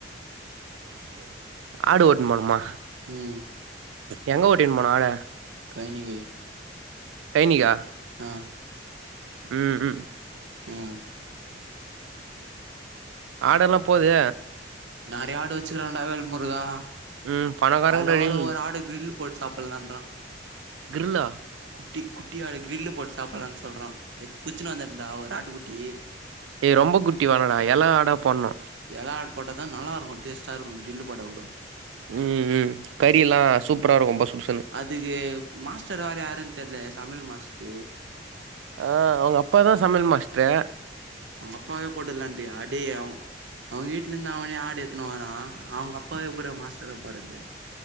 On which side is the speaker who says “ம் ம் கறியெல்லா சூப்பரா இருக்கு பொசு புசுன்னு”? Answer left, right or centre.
Right